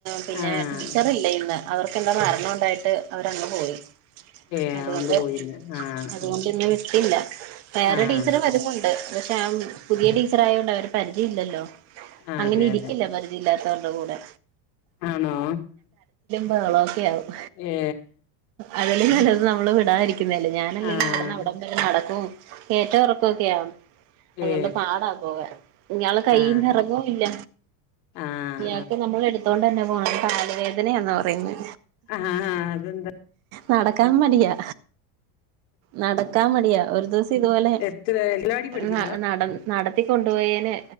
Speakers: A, on the right; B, on the left.
A: പിന്നെ
B: ആഹ്
A: ടീച്ചറില്ല ഇന്ന് അവർക്കെന്തോ മരണം ഉണ്ടായിട്ട്- അവരങ്ങ് പോയി
B: ഏ
A: അതുകൊണ്ട്
B: അതൊണ്ട് പോയില്ല ആഹ്
A: അതുകൊണ്ട് ഇന്ന് വിട്ടില്ല വേറെ
B: ആഹ്
A: ടീച്ചറ്
B: ആഹ്
A: വരുന്നുണ്ട് പക്ഷെ അ പുതിയ ടീച്ചർ ആയോണ്ട് അവരെ പരിചയം ഇല്ലല്ലോ
B: ആ
A: അങ്ങനെ
B: അതെ
A: ഇരിക്കില്ല
B: അതെ
A: പരിചയ ഇല്ലാത്തവരുടെ കൂടെ
B: ആണോ
A: ബഹളൊക്കെ ആവും
B: ഏ
A: അതിലും നല്ലത് നമ്മള് വിടാതിരി ക്കുന്നല്ലേ ഞാനല്ലെങ്കി
B: ആഹ്
A: ഇവിടന്ന് അവിടം വരെ നടക്കും ഏറ്റോം ഇറക്കൊക്കെയാ അതുകൊണ്ട്
B: ഏ
A: പാടാ പോവൻ ഇയാൾ കൈയിന്ന്
B: ആഹ്
A: ഇറങ്ങും ഇല്ല
B: ആഹ്
A: ഇയാക്ക് നമ്മൾ എടുത്തോണ്ട് തന്നെ പോണം കാലു വേദനയാന്നാ പറയുന്നെ
B: ആഹ് ആഹ് അതെന്താ
A: നടക്കാൻ മടിയാ നടക്കാൻ മടിയാ ഒരു ദിവസം ഇതുപോലെ
B: എത്ര എല്ലാടി പഠിക്കുന്നതാ
A: ന നട നടത്തിക്കൊണ്ടുപോയെന്